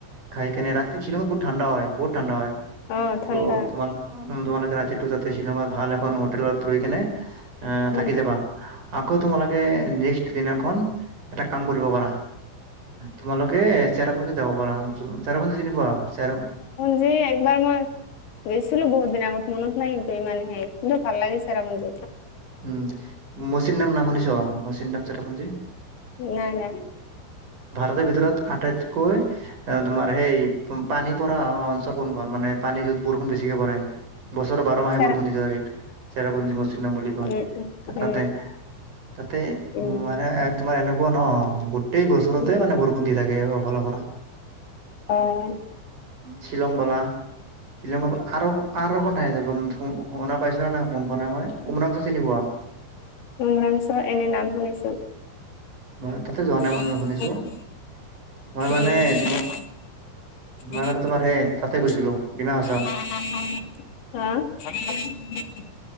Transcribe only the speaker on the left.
অ ঠাণ্ডা
উম
যি একবাৰ মই গেছিলো বহুত দিন আগত মনত নাই ই মানে সেই কিন্তু ভাল লাগিছে চেৰাপুঞ্জী
নাই, নাই,।
চেৰা
উম উম
উম উম
উম
আহ,।
উৰাংছু এনে নাম শুনিছো।
<inaudible>
আহ।